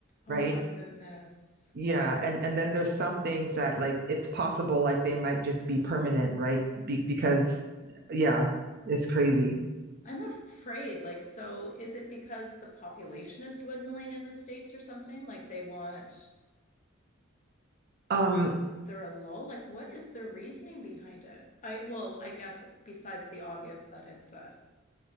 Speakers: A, on the left; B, on the right.
A: Oh
B: right?
A: my goodness.
B: Yeah, and and then there's some things that like it's possible like they might just be permanent, right? Be because yeah, it's crazy.
A: I'm afraid, like, so is it because the population is dwindling in the States or something? Like they want,
B: Um
A: like, is there a lull? Like, what is their reasoning behind it? I, well, I guess besides the obvious that it's a